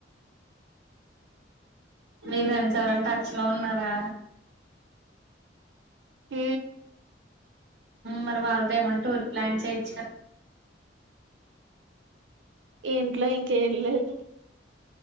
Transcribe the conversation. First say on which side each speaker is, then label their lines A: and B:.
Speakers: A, on the right; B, on the right.
A: మీ ఫ్రెండ్స్ ఎవరంట టచ్ లో ఉన్నారా
B: హ
A: మరి వాళ్ళదేమన్నా టూర్ ప్లాన్ చేయొచ్చు కదా
B: ఇంట్లో ఇంకేం లేదు